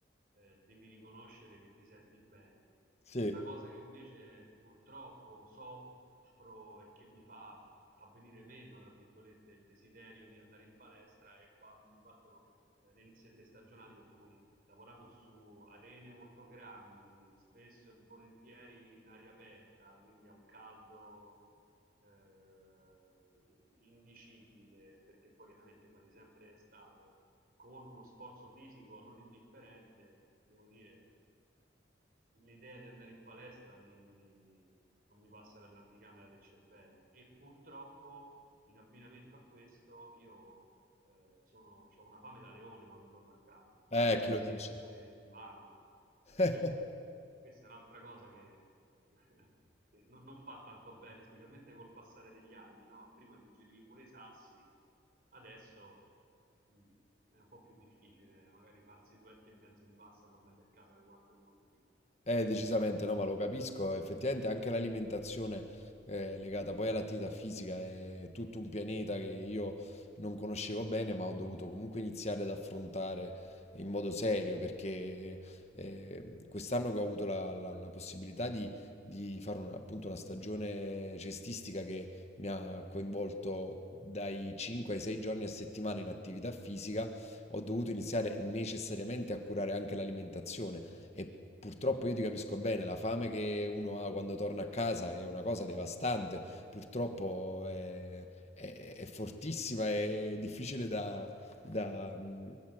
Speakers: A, on the right; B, on the left.
A: eh, devi riconoscere che ti senti bene.
B: sì.
A: La cosa che invece purtroppo soffro e che mi fa, fa venire meno, tra virgolette, il desiderio di andare in palestra è quando mi partono eh, le iniziative stagionali per cui lavorando su arene molto grandi, spesso e volentieri in aria aperta, quindi a un caldo eh, indicibile, perché poi chiaramente quasi sempre estate con uno sforzo fisico non indifferente, devo dire, l'idea di andare in palestra mi- mi- mi- non mi passa per l'anticamera del cervello. E purtroppo, in abbinamento a questo, io eh, sono, ho una fame da leone quando torno a casa
B: Eh,
A: e mi mangerei
B: chi lo dici?
A: pure il divano.
B: <laughs>
A: E questa, questa è un'altra cosa che, <laughs> che non, non fa tanto bene, specialmente col passare degli anni, no? Prima digerivi pure i sassi, adesso Mm. È un po' più difficile magari farsi duetti e mezzo di pasta tornati a casa alle 4 di mattina.
B: Eh, decisamente no, ma lo capisco, effettivamente anche l'alimentazione eh, legata poi all'attività fisica è tutto un pianeta che io non conoscevo bene, ma ho dovuto comunque iniziare ad affrontare in modo serio, perché eh, quest'anno che ho avuto la, la- la possibilità di, di fare una, appunto una stagione cestistica che mi ha coinvolto dai 5 ai 6 giorni a settimana in attività fisica, ho dovuto iniziare necessariamente a curare anche l'alimentazione e purtroppo io ti capisco bene, la fame che uno ha quando torna a casa è una cosa devastante, purtroppo è, è- è fortissima e difficile da, da, mm,